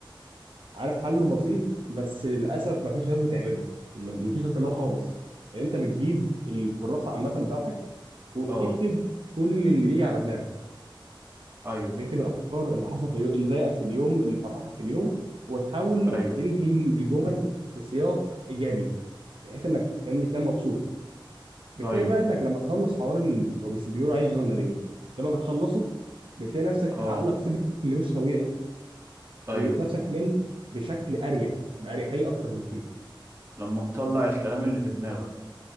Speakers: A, on the right (about 75°); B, on the right (about 30°).
A: عارف حله بسيط بس للاسف ما فيش ناس بتعمله ما فيش ناس بتعمله خالص يعني انت بتجيب الكراسه عامه بتاعتك وبتكتب
B: اه
A: كل اللي بيجي على دماغك
B: ايوه
A: بيكتب الافكار اللي حصلت في اليوم اللي ضايقك في اليوم اللي فرحك في اليوم وتحاول
B: ايوه
A: تنهي الجمل بسياق ايجابي بحيث انك تفهمني تنام مبسوط بتلاقي
B: ايوه
A: بقى انك لما تخلص حوار ال... هو بيس- بيقولوا عليه جورنالينج لما بتخلصه بتلاقي نفسك
B: اه
A: عقلك صحي بشكل مش طبيعي
B: ايوه
A: ونفسك نمت بشكل اريح باريحيه اكتر بكتير
B: لما تطلع الكلام اللي في دماغك